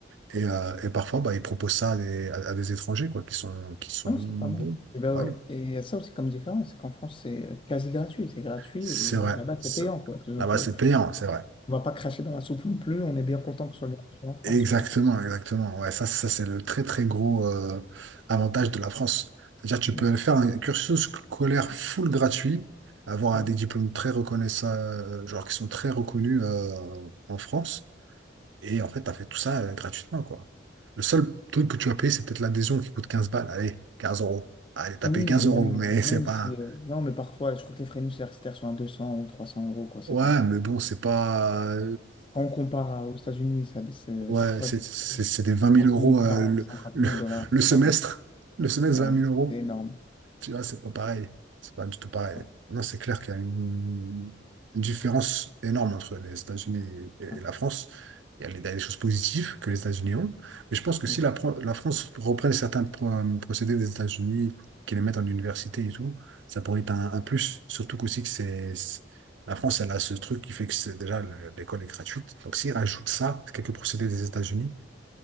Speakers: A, on the right; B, on the left.
A: Et, euh, et parfois, bah, ils proposent ça à des, à- à des étrangers quoi, qui sont, qui sont
B: Ah,
A: bons.
B: c'est pas mal. Et, ben,
A: Ouais,
B: ouais.
A: oui.
B: et il y a ça aussi comme différence, c'est qu'en France, c'est quasi gratuit. C'est gratuit
A: c'est
B: et
A: vrai.
B: là-bas,
A: C'est-
B: c'est payant, quoi. Donc,
A: Là-bas,
B: euh,
A: c'est payant, c'est vrai.
B: on va pas cracher dans la soupe non plus. On est bien content que ce soit gratuit en France,
A: Exactement,
B: quoi.
A: exactement. Ouais, ça, ça c'est le très très gros euh, avantage de la France. C'est-à-dire que tu
B: Mm.
A: peux faire un cursus scolaire full gratuit, avoir
B: Mm.
A: des diplômes très reconnaissables, genre qui sont très reconnus euh, en France, et en fait, tu as fait tout ça euh, gratuitement, quoi. Le seul truc que tu vas payer, c'est peut-être l'adhésion qui coûte 15 balles. Allez, 15 euros. Allez, t'as
B: Oui,
A: payé 15
B: mais
A: euros,
B: même,
A: mais
B: même
A: <laughs> c'est pas.
B: si... euh, non, mais parfois, je crois que les frais universitaires sont à 200 ou 300 euros, quoi. C'est
A: Ouais,
B: pas...
A: mais bon, c'est pas.
B: Quand on compare à- aux États-Unis, ça, c'est
A: Ouais,
B: parfois
A: c'est
B: des
A: c'est- c'est des vingt
B: 30
A: mille euros
B: 000, 40,
A: euh, le,
B: 50
A: le,
B: mille dollars
A: le semestre.
B: par an.
A: Le semestre,
B: Voilà.
A: vingt mille euros.
B: C'est énorme.
A: Tu vois, c'est pas pareil. C'est pas du tout pareil.
B: Ouais.
A: Non, c'est clair qu'il y a une, une différence énorme entre les États-Unis et, et
B: Ouais.
A: la France. Il y a les- il y a des choses positives que les États-Unis ont. Mais je pense que si
B: Ouais.
A: la, Pro- la France reprenne certains pro- procédés des États-Unis, qui les mettent en université et tout, ça pourrait être un, un plus. Surtout qu'aussi que c'est, c'est- la France, elle a ce truc qui fait que c'est déjà le- l'école est gratuite. Donc s'ils rajoutent ça, quelques procédés des États-Unis,